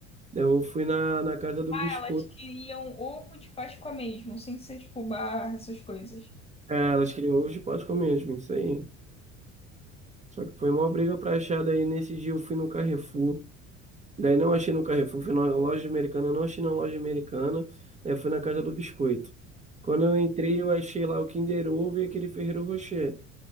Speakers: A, on the right (about 20°); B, on the left (about 15°).
A: Eu fui na, na casa do
B: Ah,
A: biscoito.
B: elas queriam ovo de Páscoa mesmo, sem ser tipo barra, essas coisas.
A: É, elas queriam ovos de Páscoa mesmo, isso aí. Só que foi uma briga pra achar, daí nesse dia eu fui no Carrefour. Daí não achei no Carrefour, fui na loja americana, não achei na loja americana. Aí fui na casa do biscoito. Quando eu entrei, eu achei lá o Kinder Ovo e aquele Ferrero Rocher.